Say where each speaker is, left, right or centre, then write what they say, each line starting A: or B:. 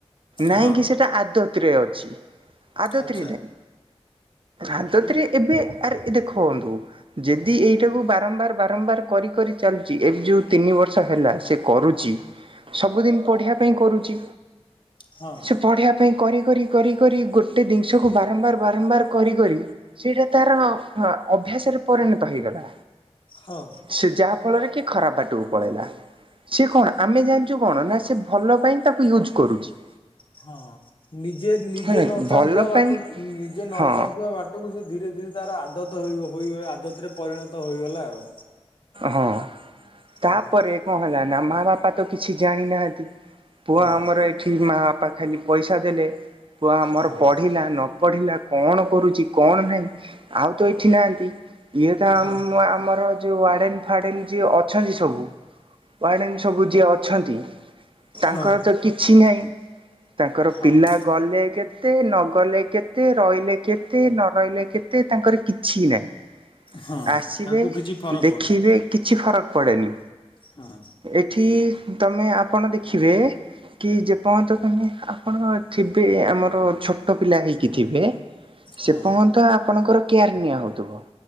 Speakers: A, on the right; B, on the left.
A: ନାଇଁ
B: ହଁ
A: କି ସେଟା ଆଦତରେ ଅଛି ଆଦତରେ
B: ଆଚ୍ଛା।
A: ନାଇଁ। ଆଦତରେ
B: ଏମ-
A: ଏବେ ଆରେ ଦେଖନ୍ତୁ ଯଦି ଏଇଟାକୁ ବାରମ୍ବାର ବାରମ୍ବାର କରି କରି ଚାଲୁଛି, ଏବେ ଯୋଉ ତିନି ବର୍ଷ ହେଲା ସେ କରୁଚି। ସବୁଦିନ ପଢିବା ପାଇଁ କରୁଛି।
B: ହଁ
A: ସେ ପଢିବା ପାଇଁ କରି, କରି, କରି, କରି ଗୋଟେ ଜିନିଷକୁ ବାରମ୍ବାର, ବାରମ୍ବାର କରି, କରି ସେଇଟା ତାର ଅଭ୍ୟାସରେ ପରିଣତ ହେଇଗଲା।
B: ହଁ।
A: ସେ ଯାହା ଫଳରେ କି ଖରାପ ବାଟକୁ ପଳେଇଲା। ସେ କଣ ଆମେ ଜାଣିଛୁ କଣ ନା ସେ ଭଲ ପାଇଁ ତାକୁ ୟୁଜ କରୁଛି।
B: ହଁ ନିଜେ ନିଜେ
A: ହେଲା
B: ନ
A: ଭଲ
B: ଚାହୁଁଥିବା ବାଟକୁ
A: ପାଇଁ
B: ନିଜେ ନ
A: ହଁ
B: ଚାହୁଁଥିବା ବାଟ ବାଟକୁ ସେ ଧୀରେ ଧୀରେ ତାର ଆଦତରେ <unintelligible> ଆଦତରେ ପରିଣତ ହୋଇଗଲା ଆଉ।
A: ହଁ ତାପରେ
B: ହଁ
A: କଣ ହେଲା ନା ମା ବାପା ତ କିଛି ଜାଣି ନାହାନ୍ତି। ପୁଅ
B: ହଁ
A: ଆମର ଏଇଠି ମାଆ ବାପା ଖାଲି ପଇସା ଦେଲେ ପୁଅ ଆମର
B: ହଁ
A: ପଢ଼ିଲା ନ ପଢିଲା କଣ କରୁଛି କଣ ନାହିଁ ଆଉ ତ ଏଠି ନାହାନ୍ତି। ଇଏ ତ
B: ହଁ
A: ଆମ ଆମର ଯୋଉ ୱାଡେନ୍ ଫାଡେନ୍ ଯିଏ ଅଛନ୍ତି ସବୁ ୱାଡେନ୍ ସବୁ ଯିଏ ଅଛନ୍ତି। ତାଙ୍କର
B: ହଁ।
A: ତ କିଛି ନାହିଁ। ତାଙ୍କର
B: ହଁ
A: ପିଲା ଗଲେ କେତେ କେତେ ନଗଲେ କେତେ, ରହିଲେ କେତେ, ନ ରହିଲେ କେତେ, ତାଙ୍କର କିଛି ନାହିଁ।
B: ହଁ
A: ଆସିବେ
B: ତାଙ୍କୁ କିଛି ଫରକ
A: ଦେଖିବେ
B: ପଡୁନି।
A: କିଛି ଫରକ ପଡ଼େନି।
B: ହଁ।
A: ଏଠି ତମେ ଆପଣ ଦେଖିବେ କି ଯେପର୍ଯ୍ୟନ୍ତ ତମେ ଆପଣ ଥିବେ ଆମର ଛୋଟ ପିଲା ହେଇକି ଥିବେ ସେ
B: ହଁ
A: ପର୍ଯ୍ୟନ୍ତ ଆପଣଙ୍କର କେୟାର ନିଆ ହଉଥିବ।